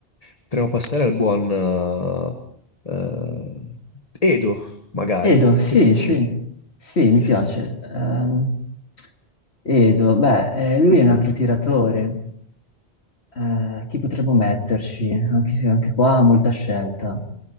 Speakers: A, on the left (about 35°); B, on the left (about 75°).
A: potremmo passare al buon eh, eh, Edo, magari.
B: Edo, sì,
A: Che dici?
B: sì, sì, mi piace. Ehm, Edo, beh, eh, lui è un altro tiratore. Eh, chi potremmo metterci? Anche, se- anche qua ha molta scelta.